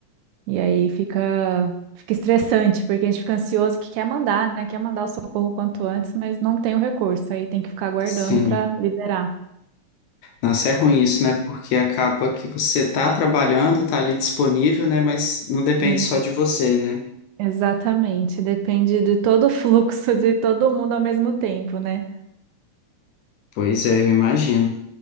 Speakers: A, on the right; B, on the left.
A: E aí fica, fica estressante, porque a gente fica ansioso que quer mandar, né? Quer mandar o socorro quanto antes, mas não tem o recurso. Aí tem que ficar aguardando
B: sim.
A: para liberar.
B: Nossa, é ruim isso, né? Porque acaba que você tá trabalhando, tá ali disponível, né? Mas não depende
A: Sim.
B: só de você, né?
A: Exatamente. Depende de todo o <laughs> fluxo de todo mundo ao mesmo tempo, né?
B: Pois é, eu imagino.